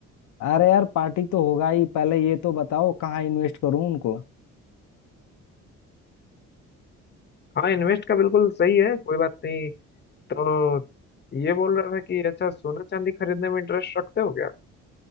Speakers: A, on the left; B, on the left.
A: अरे यार पार्टी तो होगा ही पहले ये तो बताओ कहाँ इन्वेस्ट करूँ उनको
B: हाँ इन्वेस्ट का बिल्कुल सही है कोई बात नहीं तो ये बोल रहा था कि अच्छा सोना चांदी खरीदने में इंटरेस्ट रखते हो क्या